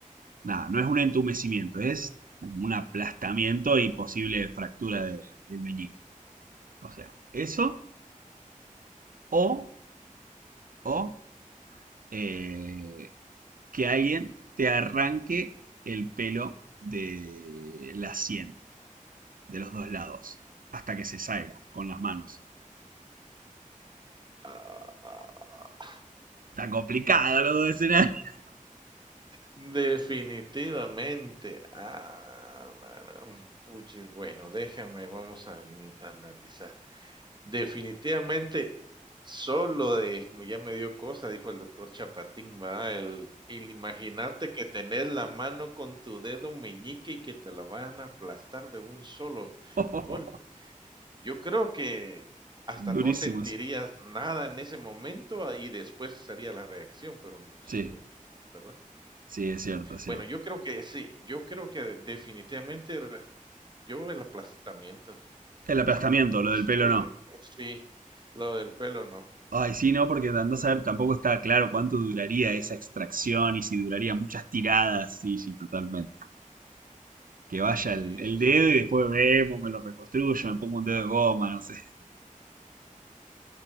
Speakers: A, on the right (about 80°); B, on the right (about 30°).
A: Nada, no es un entumecimiento, es un aplastamiento y posible fractura de- del meñique. O sea, eso o, o eh, que alguien te arranque el pelo de la sien, de los dos lados, hasta que se salga con las manos.
B: Ah. ah,
A: Está complicado los dos escenarios.
B: Definitivamente. Ah, la gran puchis. Bueno, déjame, vamos a ni- analizar. Definitivamente, solo de, ya me dio cosa, dijo el doctor Chapatín, ¿verdad? El, el imaginarte que tenés la mano con tu dedo meñique y que te la van a aplastar de un solo
A: <laughs>
B: golpe. Yo creo que hasta
A: Durísimo
B: no sentirías
A: eso.
B: nada en ese momento ah, y después sería la reacción, pero sí,
A: Sí,
B: ¿verdad?
A: sí, es cierto, es cierto.
B: Bueno, yo creo que sí, yo creo que definitivamente re yo el aplastamiento,
A: El aplastamiento,
B: no
A: lo del
B: sé,
A: pelo no.
B: sí, lo del pelo no.
A: Ay, sí, no, porque andás a saber tampoco está claro cuánto duraría esa extracción y si duraría muchas tiradas. Sí, sí, totalmente. Que vaya
B: Sí,
A: el, el
B: sí,
A: dedo
B: sí.
A: y después vemos, me lo reconstruyo, me pongo un dedo de goma, no sé.